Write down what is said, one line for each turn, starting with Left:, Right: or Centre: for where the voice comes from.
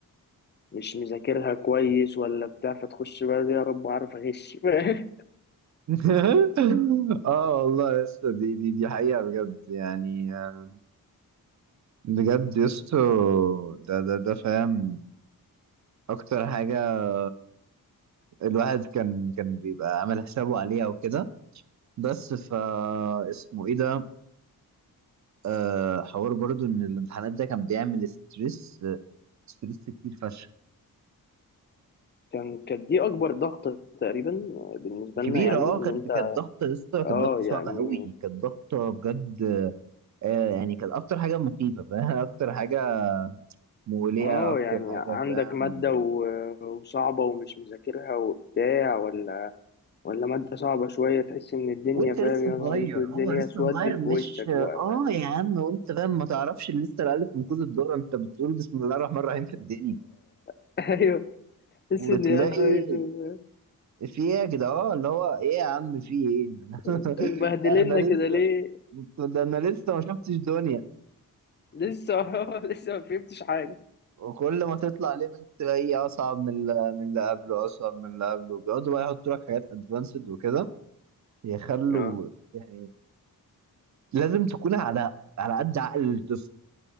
Left: مش مذاكرها كويس ولا بتاع فتخش بقى يا رب اعرف اغش <laughs>
Right: <laughs> اه والله يا اسطى دي دي دي حقيقه بجد يعني آه، بجد يا اسطى ده ده ده فاهم اكتر حاجه الواحد كان كان بيبقى عامل حسابه عليها وكده بس فا اسمه ايه ده آه حوار برضو ان الامتحانات ده كان بيعمل ستريس ستريس كتير فشخ
Left: كان كانت دي اكبر ضغط تقريبا بالنسبه
Right: كبيرة
Left: لنا يعني
Right: اه
Left: ان
Right: كانت
Left: انت
Right: كانت ضغطة لسه كانت
Left: اه
Right: ضغطة
Left: يعني
Right: صعبة قوي كانت ضغطة بجد آه يعني كانت أكتر حاجة مخيفة فاهم <laughs> أكتر حاجة مولية
Left: اه
Right: أكتر
Left: يعني
Right: حاجة
Left: عندك
Right: فاهم
Left: مادة و- وصعبة ومش مذاكرها وبتاع ولا ولا مادة صعبة شوية تحس ان الدنيا
Right: وأنت
Left: فاهم
Right: لسه
Left: يا
Right: صغير
Left: نهار اسود الدنيا
Right: اه لسه
Left: سودت
Right: صغير مش
Left: في وشك بقى
Right: اه
Left: فاهم
Right: يا عم وأنت فاهم ما تعرفش لسه الألف من كوز الدورة أنت بتقول بسم الله الرحمن الرحيم في الدنيا
Left: <laughs> ايوه تحس
Right: وتلاقي
Left: ان يا نهار اسود
Right: في ايه يا جدع اه اللي هو ايه يا عم في ايه
Left: انتوا
Right: <laughs>
Left: مبهدلنا
Right: انا لسه
Left: كده ليه
Right: ده انا لسه ما شفتش دنيا
Left: لسه <laughs> لسه ما فهمتش حاجة
Right: وكل ما تطلع ليفل تلاقيه اصعب من اللي من اللي قبله اصعب من اللي قبله بيقعدوا بقى يحطوا لك حاجات ادفانسد وكده يخلوا
Left: اه
Right: يعني لازم تكون على على قد عقل الطفل